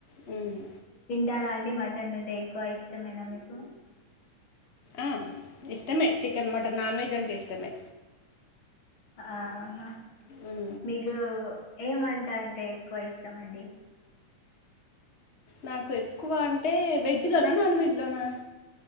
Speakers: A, on the left; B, on the left.
A: హమ్
B: కదా అండి మటన్ అంటే ఎక్కువ ఇష్టమేనా మీకు
A: ఆహ్ ఇష్టంమే చికెన్, మటన్ నాన్ వెజ్ అంటే ఇష్టమే
B: ఆ హ
A: ఉమ్.
B: మీకు ఏమంటా అంటే ఎక్కువ ఇష్టం అండి
A: నాకు ఎక్కువ అంటే వెజ్లోనా నాన్ వెజ్లోనా